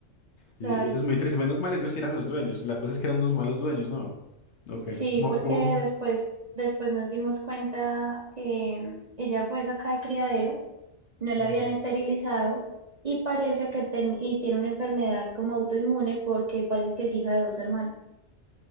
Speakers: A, on the left (about 65°); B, on the right (about 40°).
A: Y,
B: Claro.
A: y eso es muy triste. Menos mal ellos sí eran los dueños. La cosa es que eran unos malos dueños, ¿no? Ok.
B: Sí,
A: ¿Cómo,
B: porque
A: como
B: después, después nos dimos cuenta que mm, ella fue sacada de criadero, no la
A: Mm.
B: habían esterilizado y parece que ten- y tiene una enfermedad como autoinmune porque parece que es hija de dos hermanos.